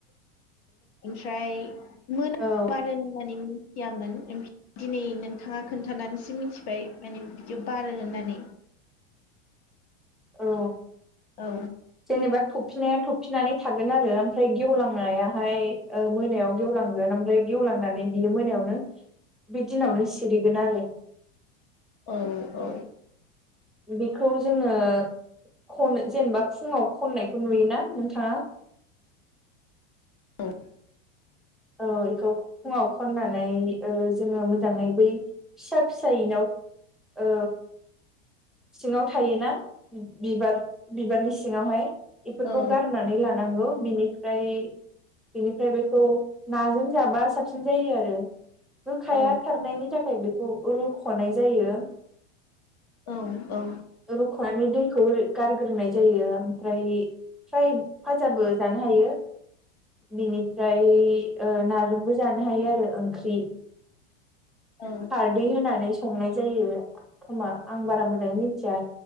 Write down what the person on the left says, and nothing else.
ओमफ्राय मोनामार
होननानै मिथियामोन दिनै नोंथाङा खोन्थानानैसो मिन्थिबाय माने बिदि बारो होननानै।
औ।
औ औ।
औ।
औ
औ
औ औ।
औ